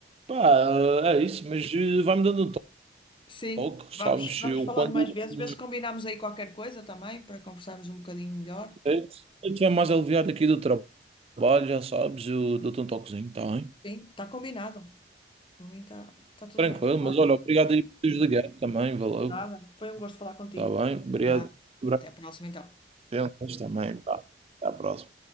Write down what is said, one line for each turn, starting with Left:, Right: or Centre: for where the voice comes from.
Right: Pá, é isso, mas eh, vai-me dando um
Left: Sim,
Right: toque,
Left: vamos,
Right: sabes?
Left: vamos
Right: Eu
Left: falando
Right: quando
Left: mais vezes,
Right: hum,
Left: ver se combinamos aí qualquer coisa também, para conversarmos um bocadinho melhor.
Right: eu estiver mais aliviado aqui do trabalho, já sabes, eu dou-te um toquezinho, tá bem?
Left: Sim, está combinado. Por mim está tá tá tudo
Right: Tranquilo,
Left: bem.
Right: mas
Left: Olha,
Right: olha, obrigado aí por teres ligado também, valeu.
Left: nada. Foi um gosto falar contigo.
Right: Está bem, obrigado
Left: Ah,
Right: por
Left: até a próxima então.
Right: abrir as também. Pá. Até à próxima.